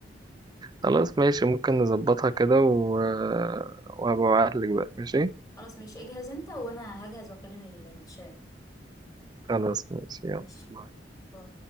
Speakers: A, on the right; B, on the left.
A: خلاص ماشي ممكن نظبطها كده و... وهبقى أبعتلك بقى ماشي
B: خلاص ماشي اجهز انت وأنا هجهز وأكلم الشباب
A: خلاص ماشي يلا
B: ماشي
A: باي.
B: باي